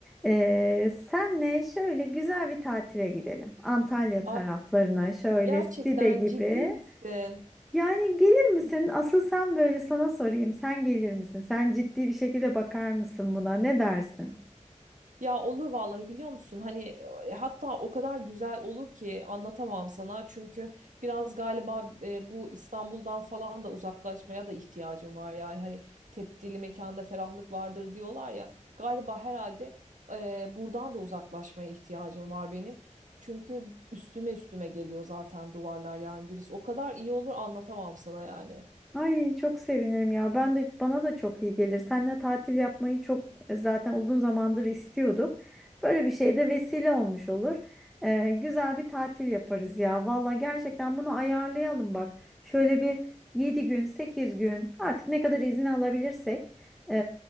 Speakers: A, in the centre; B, on the right (about 80°).
A: Ee, senle şöyle güzel bir tatile gidelim. Antalya
B: Ay,
A: taraflarına şöyle
B: gerçekten
A: Side gibi.
B: ciddi misin?
A: Yani gelir misin? Asıl sen böyle sana sorayım. Sen gelir misin? Sen ciddi bir şekilde bakar mısın buna? Ne dersin?
B: Ya olur vallahi biliyor musun? Hani e, hatta o kadar güzel olur ki anlatamam sana. Çünkü biraz galiba e, bu İstanbul'dan falan da uzaklaşmaya da ihtiyacım var. Yani hani tepdili mekanda ferahlık vardır diyorlar ya. Galiba herhalde e, buradan da uzaklaşmaya ihtiyacım var benim. Çünkü üstüme üstüme geliyor zaten duvarlar yani Gülis. O kadar iyi olur anlatamam sana yani.
A: Ay çok sevinirim ya. Ben de bana da çok iyi gelir. Seninle tatil yapmayı çok e, zaten uzun zamandır istiyorduk. Böyle bir şey de vesile olmuş olur. Ee, güzel bir tatil yaparız ya. Valla gerçekten bunu ayarlayalım bak. Şöyle bir 7 gün, sekiz gün artık ne kadar izin alabilirsek ee,